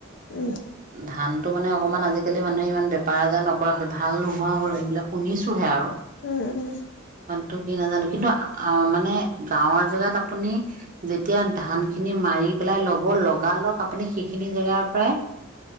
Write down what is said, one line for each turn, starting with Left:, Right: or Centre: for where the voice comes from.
Left: উম।
Right: ধানটো মানে অকমান আজিকালি মানুহে ইমান বেপাৰ আজাৰ নকৰা হ'ল ভাত ভাল নোহোৱা হ'ল এইবিলাক শুনিছোহে আৰু
Left: উম উম।
Right: টো কি নাজানো, কিন্তু আহ মানে গাঁৱৰ জেগাত আপুনি যেতিয়া ধান খিনি মাৰি পেলাই লব লগালগ আপুনি সেইখিনি জেগাৰ পৰায়,